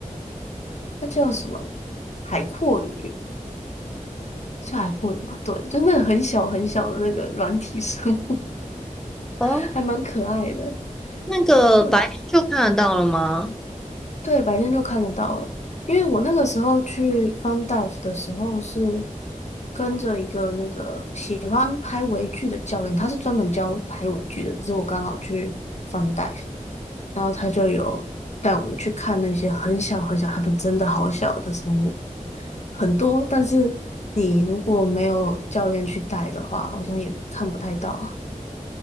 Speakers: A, on the left; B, in the centre.
A: 那叫什么海阔鱼，叫海阔鱼吗？对，就是那个很小很小的那个软体生物，
B: 哦，
A: <laughs> 还蛮可爱的。
B: 那个白天就看得到了吗？
A: 对。对，白天就看得到了。因为我那个时候去 Fun Dive 的时候，是跟着一个那个喜欢拍微距的教练，他是专门教拍微距的。只是我刚好去 Fun Dive，然后他就有带我们去看那些很小很小，他们真的好小的生物，很多。但是你如果没有教练去带的话，好像也看不太到，